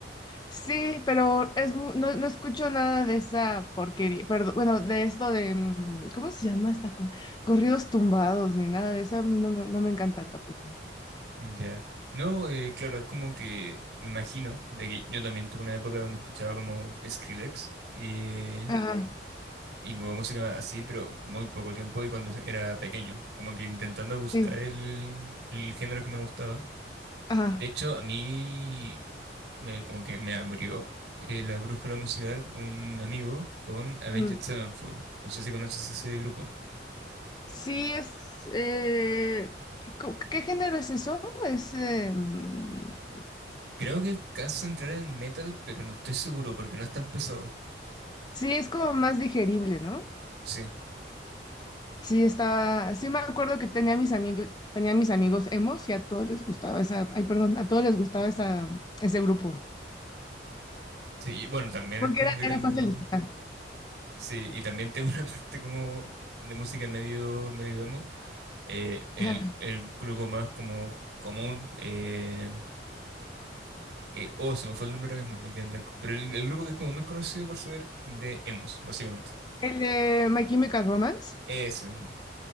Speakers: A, on the left; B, on the right.
A: Sí, pero es mu- no, no escucho nada de esa porquería, perdón, bueno, de esto de, mm, ¿cómo se llama esta cosa? Corridos tumbados, ni nada de eso, a mí no me, no me encantan tampoco.
B: Ya. No, eh, claro, es como que me imagino de que yo también tuve una época donde escuchaba como Skrillex y,
A: Ajá,
B: y como música así, pero muy poco tiempo y cuando era pequeño, como que intentando buscar
A: sí,
B: el, el género que me gustaba.
A: ajá.
B: De hecho, a mí me, como que me abrió eh, la brújula musical un amigo con Avenged
A: mm.
B: Sevenfold. No sé si conoces ese grupo.
A: Sí, es, eh, co- ¿qué género es eso? Es, eh, mm,
B: Creo que alcanza a entrar en metal, pero no estoy seguro porque no es tan pesado.
A: sí, es como más digerible, ¿no?
B: Sí,
A: Sí, está, sí me acuerdo que tenía mis amigos, tenía mis amigos emos y a todos les gustaba esa, ay, perdón, a todos les gustaba esa, ese grupo.
B: sí. y Bueno, también
A: Porque
B: es como
A: era,
B: que tengo...
A: era fácil de escuchar.
B: Sí, y también tengo <laughs> una parte como de música medio, medio emo. Eh, el,
A: Ajá.
B: el grupo más como común... eh, eh, oh, se me fue el nombre ahora mismo, me quedé en blanco. Pero el, el grupo que es como muy conocido por ser de emos, básicamente.
A: El de My Chemical Romance.
B: Eso mismo.